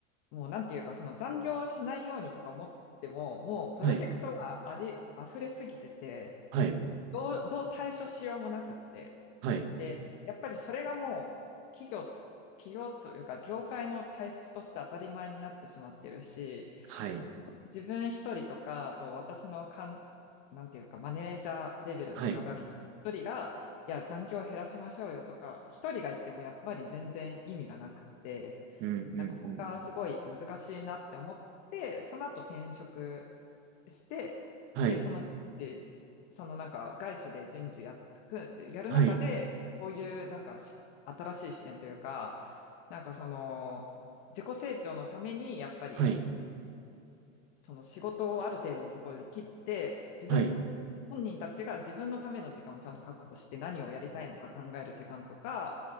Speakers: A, on the left; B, on the right.
A: もうなんていうか、その残業しないようにとか思っても、もうプロジェクトがあり、
B: はい。
A: 溢れすぎてて、
B: はい。
A: どう、どう対処しようもなくって。
B: はい。
A: で、やっぱりそれがもう企業、企業というか業界の体質として当たり前になってしまってるし、
B: はい。
A: 自分一人とか、あと私のかん、なんていうかマネージャーレベルの人が一人が、
B: はい。
A: いや、残業減らしましょうよとか、一人が言ってもやっぱり全然意味がなくって、
B: うん、うん、
A: なかなかすごい難しいなって思って、
B: うん。
A: その後転職して、
B: はい。
A: で、その人事、そのなんか外資で人事やっく、やる中で、
B: はい。
A: そういうなんかし新しい視点というか、なんかその自己成長のためにやっぱり
B: はい。
A: その仕事をある程度のところで切って、自分本人たちが自分のための時間をちゃんと確保して何をやりたいのか考える時間とか、
B: はい。